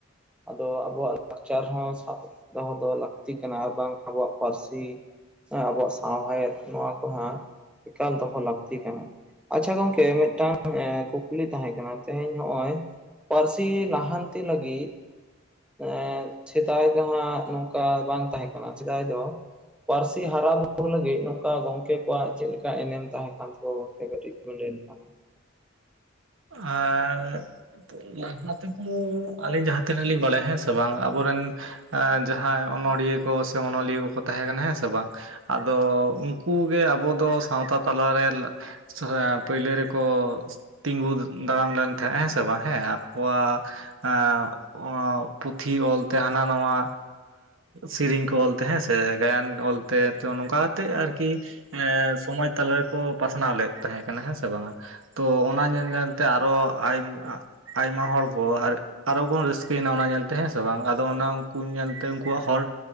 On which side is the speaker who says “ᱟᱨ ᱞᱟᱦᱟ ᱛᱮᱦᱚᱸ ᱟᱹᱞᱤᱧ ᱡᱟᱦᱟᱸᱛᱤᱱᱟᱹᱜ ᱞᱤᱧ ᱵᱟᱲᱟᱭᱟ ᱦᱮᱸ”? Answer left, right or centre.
Right